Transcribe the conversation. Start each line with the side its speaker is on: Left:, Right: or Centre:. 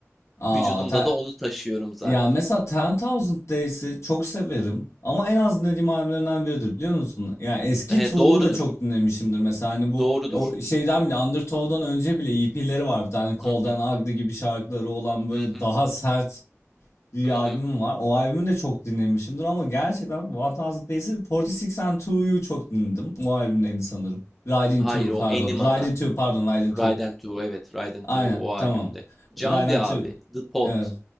Left: Aa,
Centre: Vücudumda
Left: te-
Centre: da onu taşıyorum zaten.
Left: yani mesela Ten Thousand Days'i çok severim ama en az dinlediğim albümlerinden biridir biliyor musun? Yani eski
Centre: E,
Left: Tool'u
Centre: doğrudur.
Left: da çok dinlemişimdir. Mesela hani bu
Centre: Doğrudur.
Left: o şeyden bile Undertow'dan önce bile EP'leri var bir tane Cold
Centre: Hı
Left: and Ugly gibi şarkıları olan böyle
Centre: hı
Left: daha sert bir
Centre: hı. hı.
Left: albümüm var. O albümü de çok dinlemişimdir ama gerçekten One Thousand Days'i 46 and 2'yu çok dinledim. O albüm neydi sanırım. Riding
Centre: Hayır
Left: 2
Centre: o
Left: pardon.
Centre: Anima'da.
Left: Riding 2 pardon Riding
Centre: Raiden
Left: 2.
Centre: 2 evet Raiden
Left: Aynen
Centre: 2 o albümde.
Left: tamam.
Centre: Jamdi
Left: Riding
Centre: abi,
Left: 2.
Centre: The Pot,
Left: Evet.